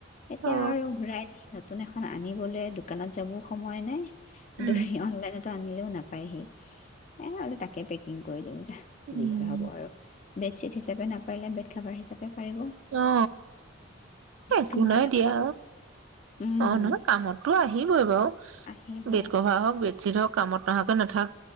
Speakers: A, on the left (about 35°); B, on the right (about 75°).
A: এতিয়া
B: অ
A: আৰু ঘূৰাই দি নতুন এ আনিবলৈ দোকানত যাবও সময় নাই
B: উম
A: দু অনলাইনত আনিলেও নাপায়হি এ তাকে পেকিং কৰি দিও যা
B: উম
A: যি হয় হ'ব আৰু বেডশ্বিট হিচাপ বেড কভাৰ হিচাপে পাৰিব
B: অ একো
A: তোমাৰ
B: নাই
A: এটাতো
B: দিয়া
A: কামত উম
B: অ নহয় কামততটো আহিবই বাৰু
A: আহিব
B: বেড কভাৰ হওক বেডশ্বিট হওক কামত নহাকে নাথাক